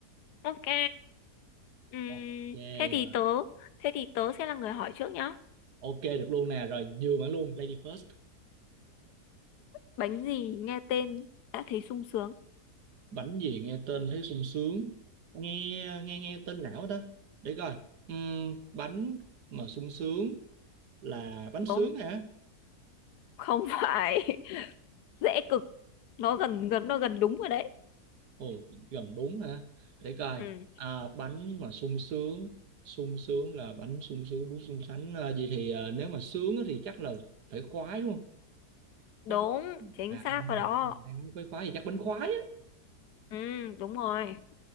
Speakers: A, on the left; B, on the right.
A: Ok. Ừm,
B: Ok
A: thế thì
B: rồi.
A: tớ, thế thì tớ sẽ là người hỏi trước nhá.
B: Ok được luôn nè. Rồi nhường bạn luôn, Lady First.
A: Bánh gì nghe tên đã thấy sung sướng?
B: Bánh gì nghe tên thấy sung sướng. Nghe nghe nghe tên lão đó. Để coi. Ừm, bánh mà sung sướng là bánh sướng
A: Đúng,
B: hả
A: không phải. <laughs> Dễ cực. Nó gần gần nó gần đúng rồi đấy.
B: ồ gần đúng hả để coi
A: Ừ,
B: à, bánh mà sung sướng sung sướng là bánh sung sướng bún sung sánh à, vậy thì à, nếu mà sướng á thì chắc là phải khoái đúng không
A: đúng,
B: khoái khoái.
A: chính
B: à
A: xác
B: không,
A: rồi đó.
B: em nói khoái khoái thì chắc bánh khoái á
A: Ừ, đúng rồi.